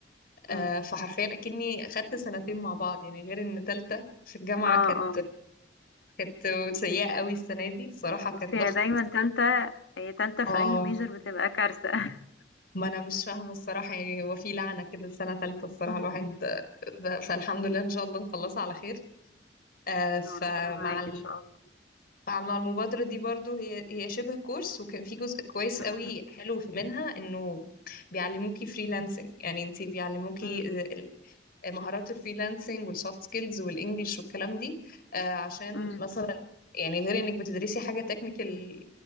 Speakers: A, on the left (about 85°); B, on the left (about 55°).
A: مم.
B: آه فحرفيا اكني خدت سنتين مع بعض يعني غير ان ثالثه في الجامعه
A: اه
B: كانت
A: اه
B: كانت سيئه قوي السنه دي الصراحه كانت
A: بصي
B: ضغط
A: هي دايما تالتة هي تالتة
B: اه
A: في اي ميجر بتبقى كارثة <laughs>
B: ما انا مش فاهمه الصراحه يعني هو في لعنه كده لسنه ثالثه الصراحه
A: مم.
B: الواحد
A: مم.
B: ب- فالحمد لله ان شاء الله نخلصها على خير آه، فمع
A: اه ربنا معاكي
B: ال...
A: ان شاء الله
B: مع مع المبادرة دي برضو هي هي شبه كورس وكان في جزء كويس
A: مم.
B: قوي حلو منها انه بيعلموكي فريلانسنج يعني انتي بيعلموكي
A: مم.
B: ال- مهارات الفريلانسنج والسوفت سكيلز والانجلش والكلام دي آه، عشان
A: مم.
B: مثلا يعني غير انك بتدرسي حاجة تكنيكال